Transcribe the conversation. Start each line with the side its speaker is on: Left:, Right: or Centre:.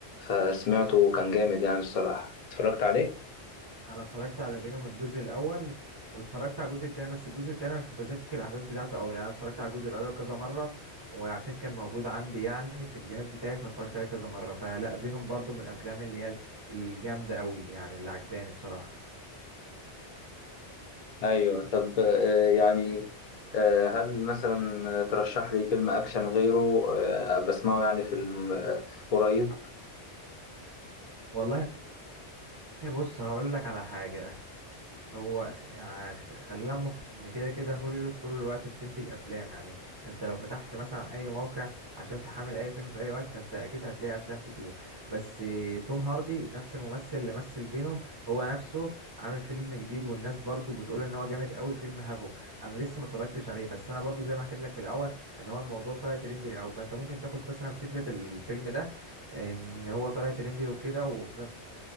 Left: فسمعته وكان جامد يعني الصراحة اتفرجت عليه؟
Right: انا اتفرجت على فينوم الجزء الاول واتفرجت على الجزء التاني بس الجزء التاني مش متذكر الاحداث بتاعته قوي لان انا اتفرجت على الجزء الاول كذا مره وعشان كان موجود عندي يعني في الجهاز بتاعي فاتفرجت عليه كذا مره فلا فينوم برضو من الافلام اللي هي الجامده قوي يعني اللي عجباني بصراحه
Left: أيوه طب آه، يعني آه، هل مثلا ترشح لي فيلم أكشن غيره آه، بسمعه يعني في الم- آه، قريب؟
Right: والله طيب بص هقول لك على حاجة هو ع- خ- خلينا مت- ان كده كده هوليوود طول الوقت بتنتج افلام يعني انت لو فتحت مثلا اي موقع عشان تحمل اي فيلم في اي وقت فانت اكيد هتلاقي افلام كتير بس آه، توم هاردي نفس الممثل اللي مثل فينوم هو نفسه عامل فيلم جديد والناس برضو بتقول ان هو جامد قوي فيلم هافوك انا لسه ما اتفرجتش عليه بس انا برضو زي ما حكيت لك في الاول ان هو الموضوع طلع ترندي قوي فانت ممكن تاخد مثلا فكرة الفيلم ده ان هو طلع ترندي وكده وفي نفس